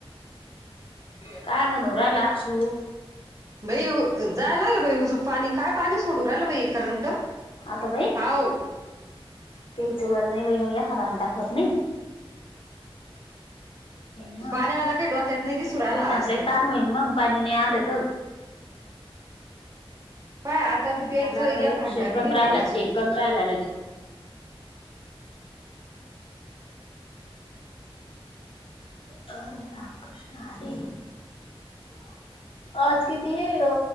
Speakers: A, on the right; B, on the left.
A: <unintelligible>
B: काय म्हणू राहिला अक्षू?
A: बाई जा आणायला बाई उजूक पाणी काय पाणी सोडू राहिला बा करंट.
B: आता बाई
A: हाव
B: पिचवर नाही बाई मग एखादा हंडा खोजणे. ना
A: पाण्यावाला काही डोक्यात नाही दिसू राहिला
B: असं
A: आज
B: लय
A: तर
B: तान होईन मग पाणी नाही आलं त.
A: पाय आता बी प्यायचं
B: झालं आता एक
A: हांडा
B: सेकंद
A: बी नाही
B: राहिला
A: भरला सुईचा
B: सेकंद राहिला लगे. हरे राम कृष्ण हरे. आज किती अ